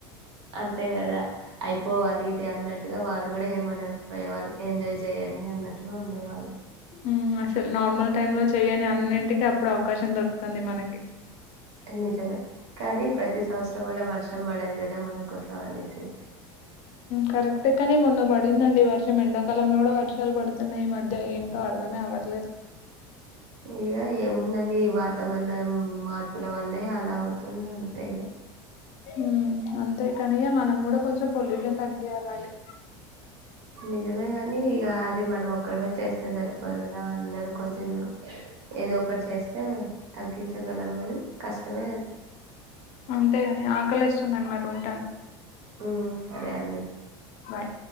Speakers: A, on the right; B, on the left.
A: అంతే కదా అయిపోవాలి
B: హ్మ్.
A: ఇది అన్నట్టు వాళ్ళు కూడా ఏమని అనకపోయేవాళ్ళు ఎంజాయ్ చేయనీ అన్నట్టుగా ఉండేవాళ్ళు.
B: ఊ అసలు నార్మల్ టైమ్ లో చెయ్యని అన్నింటిక అప్పుడు అవకాశం దొరుకుతుంది మనకి.
A: నిజమే, కానీ ప్రతి సంవత్సరం వల్ల వర్షం. వర్షం పడదు కదా మన కోసం అనేసి.
B: కరెక్టే కాని మొన్న పడిందండి ఈ వర్షం ఎండాకాలంలో కూడా వర్షాలు పడుతున్నాయి. ఈ మధ్య ఏంటో పడదమే అవ్వట్లేదు
A: ఇక ఏముందండి ఈ వాతం మనం మార్పుల వల్లే అలా అవుతుంది అంతే ఇక
B: మ్! అంతే ఇ కాని మనం కూడా కొంచెం పొల్యూషన్ తగ్గయాలండి.
A: నిజమే గాని ఇగ అది మనం ఒక్కరిమే చేస్తే సరిపోదు కదా అందరూ. కొంచెం ఏదో ఒకటి చేస్తే తగ్గించగలం కానీ కష్టమే అది.
B: అంతేగాని ఆకలేస్తుండి మరి ఉంటాను.
A: ఉ సరే అండి.
B: బాయ్.